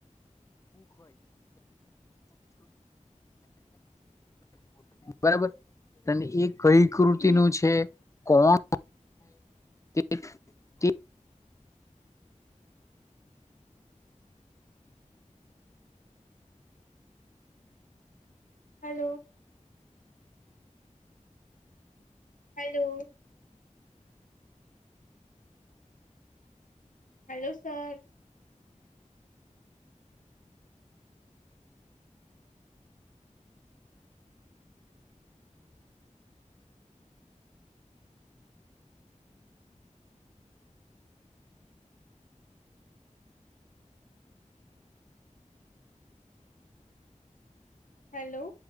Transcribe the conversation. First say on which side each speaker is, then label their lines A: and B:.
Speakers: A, on the left; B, on the left.
A: <inaudible> <inaudible> બરાબર તને એક કઈ કૃતિનું
B: હમ
A: છે કોણ છે તે
B: હાલો હાલો હાલો સર હાલો